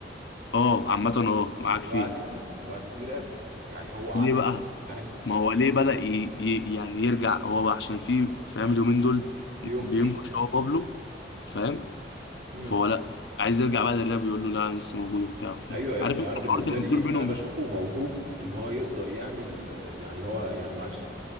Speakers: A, on the left (about 80°); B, on the right (about 60°).
A: اه عامة اه معاك
B: الوعد
A: فيها
B: دي الوعد دي راب يعني هو عنده
A: ليه بقى؟
B: فاهم
A: ما هو ليه بدأ ي... ي... يعني يرجع هو بقى عشان في فاهم اليومين دول
B: بينقش
A: بينكش
B: في الناس
A: هو بابلو فاهم؟
B: امم
A: فهو لأ عايز يرجع بقى للراب يقول له لا أنا لسه موجود وبتاع فاهم؟
B: ايوه يا ابني
A: عارف
B: يعني
A: انت
B: انا بالنسبه
A: الحوارات اللي
B: لي
A: بتدور بينهم
B: انا بشوفه
A: دي؟
B: موهوب ان هو يقدر يعمل آه، يعني هو يعني معلش